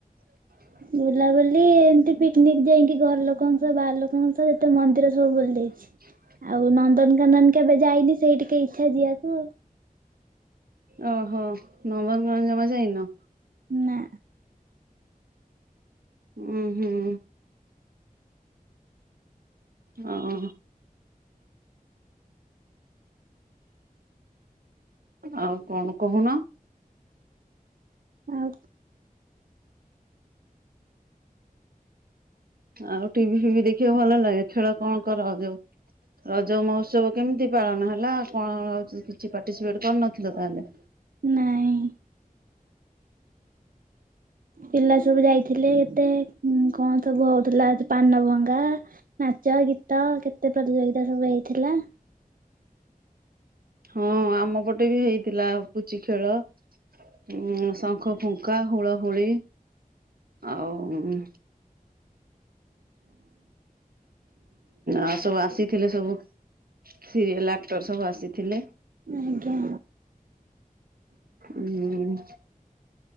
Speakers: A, on the right; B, on the right.
A: <inaudible>
B: ବୁଲାବୁଲି ଏମତି ପିକନିକ ଯାଇକି ଘର ଲୋକଙ୍କ ସହ ବାହାର ଲୋକଙ୍କ ସହ ଯେତେ ମନ୍ଦିର ସବୁ ବୁଲି ଦେଇଛି।
A: <inaudible>
B: ଆଉ ନନ୍ଦନକାନନ କେବେ ଯାଇନି ସେଇ ଟିକେ ଇଛା ଯିବାକୁ।
A: ଓହୋ ନନ୍ଦନକାନନ ଜମା ଯାଇନ?
B: ନା।
A: ଉଁ ହୁଁ। ହଁ। ଆଉ କଣ କହୁନ।
B: ଆଉ
A: ଆଉ ଟିଭି ଫିଭି ଦେଖିବାକୁ ଭଲ ଲାଗେ ଖେଳ କଣ କର ଯୋଉ? ରଜ ମହୋତ୍ସବ କେମିତି ପାଳନ ହେଲା କଣ ହଉଚି କିଛି ପାର୍ଟିସିପେଟ କରିନଥିଲ ତାହେଲେ?
B: ନାଇଁ। ପିଲା ସବୁ ଯାଇଥିଲେ ଏତେ କଣ ସବୁ ହଉଥିଲା ପାନ ଭଙ୍ଗା ଲା ନାଚ ଗୀତ କେତେ ପ୍ରତିଯୋଗିତା ସବୁ ହେଇଥିଲା।
A: ହଁ ଆମ ପଟେ ବି ହେଇଥିଲା ପୁଚି ଖେଳ ଉଁ ଶାଙ୍ଖ ଫୁଙ୍କା ହୁଳହୁଳି। ଆଉ ଉଁ ହୁଁ ଆଉ ସବୁ ଆସିଥିଲେ ସବୁ ସିରିଏଲ ଆକ୍ଟର ସବୁ ଆସିଥିଲେ
B: ଆଜ୍ଞା।
A: ଉଁ